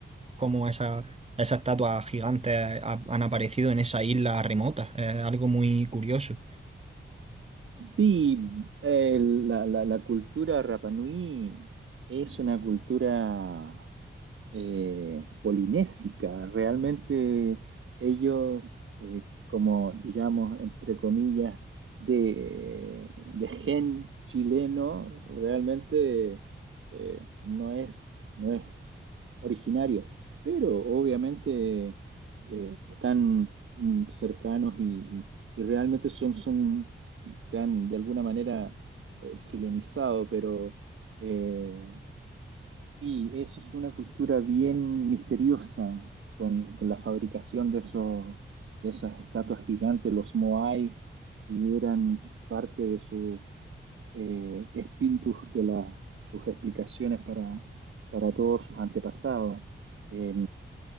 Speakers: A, on the right; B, on the right.
A: cómo esa, esas estatuas gigantes ha- han aparecido en esa isla remota. Es algo muy curioso.
B: Sí, eh, la, la- la cultura Rapa Nui es una cultura eh, polinésica. Realmente ellos, eh, como digamos, entre comillas, de, de gen chileno, realmente eh, no es, no es. originario, pero obviamente eh, están mm, cercanos y, y- y realmente son, son, se han de alguna manera eh, chilenizado, pero eh, sí, eso es una cultura bien misteriosa con, con la fabricación de esos, de esas estatuas gigantes, los Moai, que eran parte de su eh, espíritus de la- sus explicaciones para, para todos sus antepasados. Eh,